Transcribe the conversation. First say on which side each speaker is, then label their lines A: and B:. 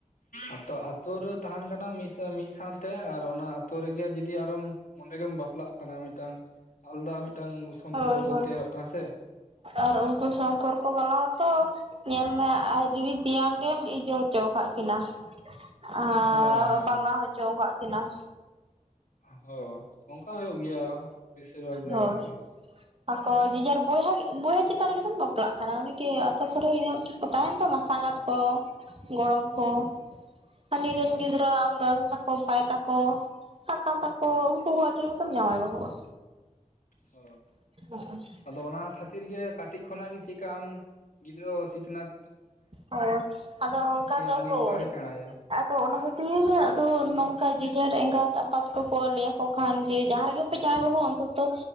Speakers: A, on the left (about 85°); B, on the right (about 45°).
A: ᱟᱛᱚ ᱟᱛᱩ ᱨᱮᱫᱼᱼ ᱛᱟᱦᱮᱱ ᱠᱟᱱᱟᱢ ᱢᱤᱫ ᱥᱟᱶ ᱥᱟᱶᱛᱮ ᱟᱨ ᱚᱱᱟ ᱟᱛᱳ ᱨᱮᱜᱮ ᱡᱩᱫᱤ ᱟᱨᱚᱢ ᱚᱸᱰᱮ ᱜᱮᱢ ᱵᱟᱯᱼᱼ ᱯᱞᱟᱜ ᱠᱟᱱᱟ᱾ ᱢᱤᱫᱴᱟᱝ ᱟᱞᱟᱫᱟ ᱢᱤᱫᱴᱟᱝ ᱥᱚᱢᱯᱚᱨᱠ
B: ᱦᱳᱭ ᱦᱳᱭ
A: ᱛᱮᱭᱟᱨᱚᱜ ᱠᱟᱱᱟ ᱥᱮ᱾
B: ᱟᱨ ᱩᱱᱠᱩ ᱥᱚᱢᱯᱚᱨᱠᱚ ᱵᱟᱞᱟᱣ ᱛᱚ ᱧᱮᱞ ᱢᱮ ᱟᱡ ᱫᱤᱫᱤ ᱛᱮᱭᱟᱝ ᱜᱮᱼᱼ ᱜᱮᱢ ᱤᱭᱟᱹ ᱦᱚᱪᱚᱣ ᱠᱟᱜ ᱠᱤᱱᱟ᱾ ᱟᱸᱻ
A: ᱦᱮᱸ
B: ᱵᱟᱞᱟ ᱦᱚᱪᱚᱣ ᱠᱟᱜ ᱠᱤᱱᱟᱢ᱾
A: ᱦᱚ ᱚᱱᱠᱟ ᱦᱩᱭᱩᱜ ᱜᱮᱭᱟ ᱵᱮᱥᱤᱨ ᱵᱷᱟᱜᱽ ᱡᱟᱭᱜᱟ
B: ᱦᱳᱭ
A: ᱨᱮᱜᱮ᱾
B: ᱟᱠᱚ ᱡᱮᱡᱟᱨ ᱵᱚᱭᱦᱟ ᱵᱚᱭᱦᱟ ᱪᱮᱛᱟᱱ ᱨᱮᱜᱮᱛᱚᱢ ᱵᱟᱯᱞᱟᱜ ᱠᱟᱱᱟ᱾ ᱚᱱᱤᱠᱤ ᱟᱛᱳ ᱠᱚᱨᱮ ᱤᱱᱟ ᱛᱟᱠᱚ ᱛᱟᱦᱮᱱ ᱛᱟᱢᱟ
A: ᱦᱚ
B: ᱥᱟᱸᱜᱟᱛ
A: ᱦᱮᱸ
B: ᱠᱚ ᱜᱚᱲᱚᱢ ᱠᱚ᱾ ᱦᱟᱱᱤ ᱨᱤᱱ
A: ᱦᱮᱸ
B: ᱜᱤᱫᱽᱨᱟᱹ ᱟᱢ ᱫᱟᱫᱟ ᱛᱟᱠᱚ ᱵᱷᱟᱭ ᱛᱟᱠᱚ᱾ ᱠᱟᱠᱟ ᱛᱟᱠᱚ ᱩᱱᱠᱩ ᱦᱚᱸ ᱟᱰᱤ ᱨᱚᱠᱚᱢ ᱛᱮᱢ‌ ᱡᱟᱶᱟᱭ ᱵᱟᱹᱦᱩᱜ-ᱟ᱾
A: ᱦᱚ᱾
B: <inaudible>
A: ᱟᱫᱚ ᱚᱱᱟ ᱠᱷᱟᱛᱤᱨ ᱜᱮ ᱠᱟᱴᱤᱡ ᱠᱷᱚᱱᱟᱜ ᱜᱮ ᱪᱮᱜ ᱠᱟ ᱟᱢ ᱜᱤᱫᱽᱨᱟᱹ ᱥᱤᱠᱷᱱᱟᱹᱛᱼᱼ
B: ᱦᱚᱭ ᱟᱫᱚ ᱚᱱᱠᱟ ᱫᱚ
A: ᱩᱱᱤ
B: ᱦᱳᱭ
A: ᱚᱱᱠᱟ ᱜᱮ ᱥᱮᱬᱟᱭᱟ
B: ᱟᱫᱚ
A: ᱦᱮᱸᱥᱮ
B: ᱚᱱᱟ ᱠᱷᱟᱹᱛᱤᱨ ᱟᱫᱚ ᱱᱚᱝᱼᱼ ᱚᱱᱠᱟ ᱡᱤᱡᱟᱨ ᱮᱸᱜᱟᱛ ᱟᱯᱟᱛ ᱠᱚᱠᱚ ᱞᱟᱹᱭᱟ ᱠᱚ ᱠᱷᱟᱱ ᱡᱮ ᱡᱟᱦᱟᱸ ᱨᱮᱜᱮ ᱯᱮ ᱡᱟᱶᱟᱭ ᱵᱟᱹᱦᱩ ᱚᱱᱛᱚᱛᱚᱼᱼ